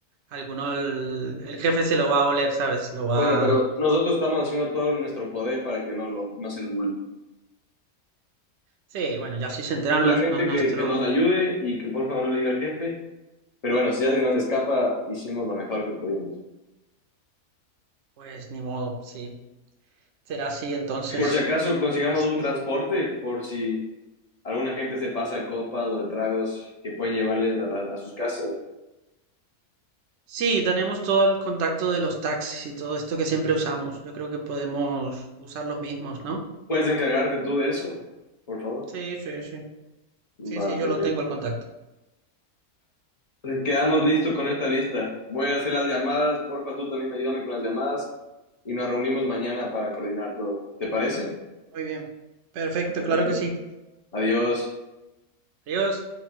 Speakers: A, on the right; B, on the left.
A: alguno el, el jefe se lo va a oler, ¿sabes? Lo va
B: Bueno, pero nosotros estamos haciendo todo en nuestro poder para que no, lo, no se nos vuelva.
A: Sí, bueno, ya si se enteran
B: La
A: no es,
B: gente
A: no es nuestro,
B: que, que nos ayude y que por favor no le diga al jefe. Pero bueno, si ya se nos escapa, hicimos lo mejor que pudimos.
A: pues ni modo, sí, será así entonces.
B: Por si acaso consigamos
A: Es-
B: un transporte, por si alguna gente se pasa de copas o de tragos que pueden llevarles a, la- a sus casas.
A: Sí, tenemos todo el contacto de los taxis y todo esto que siempre usamos. Yo creo que podemos usar los mismos, ¿no?
B: Puedes encargarte tú de eso, por favor.
A: Sí, sí, sí. Sí,
B: Va,
A: sí, yo
B: perfecto.
A: lo tengo el contacto.
B: Entonces, Quedamos listos con esta lista. Voy a hacer las llamadas. Porfa, tú también ayúdame con las llamadas y nos reunimos mañana para coordinar todo. ¿Te parece?
A: Muy bien. Perfecto,
B: Va, Perfecto.
A: claro que sí.
B: Adiós.
A: Adiós.